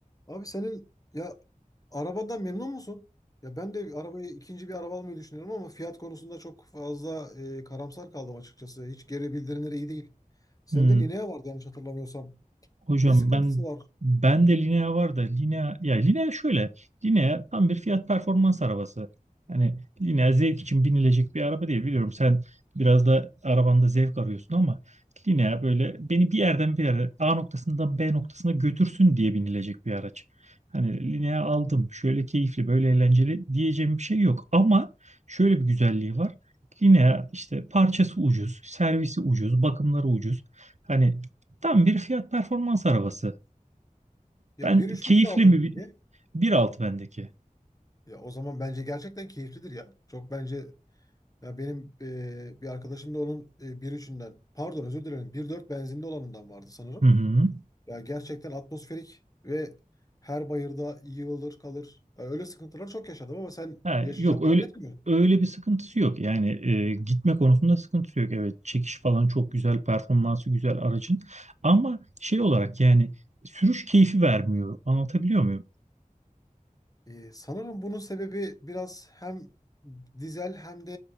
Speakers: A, on the left (about 25°); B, on the right (about 55°).
A: Abi senin ya arabadan memnun musun? Ya ben de arabayı ikinci bir araba almayı düşünüyorum ama fiyat konusunda çok fazla e, karamsar kaldım açıkçası. Hiç geri bildirimleri iyi değil. Sende
B: Hmm,
A: Linea vardı yanlış hatırlamıyorsam.
B: hocam
A: Ne sıkıntısı
B: ben
A: var?
B: ben de Linea var da Linea ya Linea şöyle Linea tam bir fiyat performans arabası. Hani Linea zevk için binilecek bir araba değil biliyorum. Sen biraz da arabanda zevk arıyorsun ama Linea böyle beni bir yerden bir yere A noktasından B noktasına götürsün diye binilecek bir araç. Hani Linea aldım şöyle keyifli böyle eğlenceli diyeceğim bir şey yok ama şöyle bir güzelliği var. Linea işte parçası ucuz, servisi ucuz, bakımları ucuz. Hani Tam bir fiyat performans arabası.
A: Ya
B: Ben
A: 1.3
B: keyifli
A: mi 1.6
B: mi?
A: mı
B: bil-
A: peki?
B: bir nokta altı bendeki.
A: Ya o zaman bence gerçekten keyiflidir ya. Çok bence ya benim e, bir arkadaşım da onun e, bir üçünden pardon özür dilerim bir dört benzinli olanından vardı sanırım.
B: Hı hı.
A: Ya gerçekten atmosferik ve her bayırda yığılır kalır. Ya Öyle sıkıntılar çok yaşadım ama sen
B: Ha,
A: yaşayacağını
B: yok öyle
A: zannetmiyorum.
B: öyle bir sıkıntısı yok. Yani e, gitme konusunda sıkıntısı yok. Evet çekiş falan çok güzel, performansı güzel aracın. Ama şey olarak yani sürüş keyfi vermiyor. Anlatabiliyor muyum?
A: Ee, sanırım bunun sebebi biraz hem dizel hem de